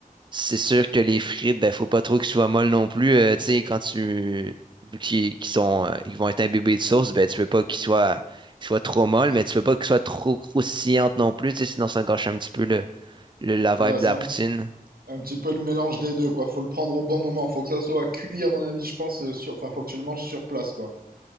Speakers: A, on the right; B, on the right.
A: C'est sûr que les frites, ben, faut pas trop qu'ils soient molles non plus. euh, tu sais, quand tu. Vu qu'ils qu'ils sont, euh, ils vont être imbibés de sauce, ben, tu peux pas qu'ils soient, qu'ils soient trop molles, mais tu peux pas qu'ils soient trop croustillantes non plus, tu sais, sinon ça gâche un petit peu le, le- la vibe
B: Ouais,
A: de
B: c'est
A: la
B: un,
A: poutine.
B: un petit peu le mélange des deux, quoi. Faut le prendre au bon moment. Faut que ça soit cuit, à mon avis, je pense, euh, sur, enfin, faut que tu le manges sur place, quoi.